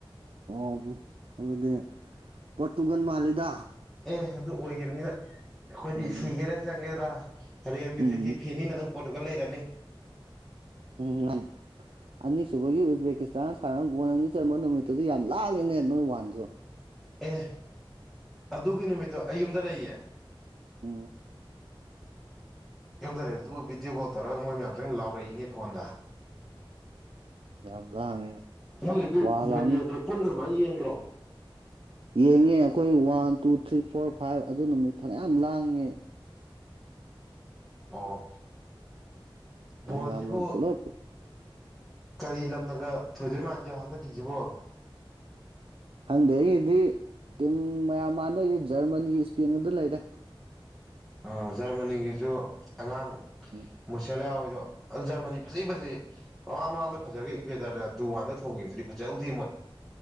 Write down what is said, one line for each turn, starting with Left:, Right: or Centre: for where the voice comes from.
Right: ꯑꯣ ꯑꯗꯨꯗꯤ ꯄꯣꯔꯇꯨꯒꯥꯟ ꯃꯥꯜꯂꯤꯗ
Centre: ꯑꯦ ꯑꯗꯨ ꯑꯣꯏꯈꯤꯕꯅꯤꯅ ꯑꯩꯈꯣꯏꯗꯤ
Right: ꯎꯝ
Centre: ꯁꯤꯒꯦꯔꯥ ꯆꯪꯒꯦꯗ꯭ꯔꯥ ꯔꯤꯌꯦꯜꯃꯤ
Right: ꯎꯝ
Centre: ꯇ꯭ꯔꯤꯛꯀꯤ ꯐꯦꯟꯅꯤꯅ ꯑꯗꯨꯝ ꯗꯨꯒ ꯂꯩꯔꯅꯤ
Right: ꯎꯝ ꯎ ꯑꯅꯤꯁꯨꯕꯒꯤ ꯎꯖꯕꯦꯀꯤꯁꯇꯥꯟ ꯁꯥꯟꯔ ꯒꯣꯜ ꯑꯅꯤ ꯆꯟꯕ ꯅꯨꯃꯤꯠꯇꯨꯗꯤ ꯌꯥꯝ ꯂꯥꯡꯉꯦꯅꯦ ꯅꯣꯏ ꯋꯥꯟꯁꯨ
Centre: ꯑꯦ ꯑꯗꯨꯒꯤ ꯅꯨꯃꯤꯠꯇꯣ ꯑꯩ ꯌꯨꯝꯗ ꯂꯩꯌꯦ
Right: ꯑꯝ
Centre: ꯌꯨꯝꯗ ꯂꯩꯕꯗꯨ ꯚꯤꯗꯤꯑꯣ ꯀꯣꯜ ꯇꯧꯔꯒ ꯃꯣꯏ ꯃꯌꯥꯝꯁꯪ ꯂꯥꯎꯔꯛꯏꯅꯦ ꯐꯣꯟꯗ
Right: ꯌꯥꯝ ꯂꯥꯡꯉꯦ
Centre: ꯑꯩꯒꯤꯗꯤ
Right: ꯋꯥ
Centre: ꯃꯨꯣꯟ
Right: ꯂꯥꯡꯉꯤ
Centre: ꯌꯦꯡꯕ꯭ꯔꯣ ꯄꯨꯟꯗꯃꯅ ꯌꯦꯡꯕ꯭ꯔꯣ
Right: ꯌꯦꯡꯉꯦ ꯑꯩꯈꯣꯏ one two three four five ꯑꯗꯨ ꯅꯨꯃꯤꯠ ꯐꯅꯌꯥꯝ ꯂꯥꯡꯉꯦ
Centre: ꯑꯣ ꯕꯣꯜꯁꯤꯕꯨ
Right: ꯑꯩ ꯌꯥꯝꯅ ꯄꯨꯂꯣ
Centre: ꯀꯔꯤ ꯂꯝꯂꯒ ꯊꯣꯏꯗꯣꯏ ꯃꯥꯟꯒꯦ ꯍꯟꯗꯛꯀꯤꯁꯤꯕꯣ
Right: ꯈꯪꯗꯦ ꯑꯩꯒꯤꯗꯤ ꯇꯤꯝ ꯃꯌꯥꯝ ꯃꯥꯟꯅꯣꯏ ꯖꯔꯃꯅꯤꯒꯤ ꯏꯁꯄꯦꯟꯒꯗ ꯂꯩꯔꯦ
Centre: ꯑ ꯖꯔꯃꯅꯤꯒꯤꯁꯨ ꯑꯉꯥꯡ
Right: ꯎꯝ
Centre: ꯃꯨꯁꯂ ꯑꯣꯏ ꯑꯗꯣ ꯖꯔꯃꯅꯤ ꯐꯖꯩ ꯐꯁꯦ ꯃꯃꯥꯡ ꯃꯃꯥꯡꯗ ꯐꯖꯔꯒ ꯏꯀ꯭ꯋꯦꯇꯔꯅ ꯇꯨ ꯋꯥꯟꯗ ꯊꯣꯡꯈꯤꯕꯗꯨꯗꯤ ꯐꯖꯍꯧꯗꯦ ꯃꯣꯏ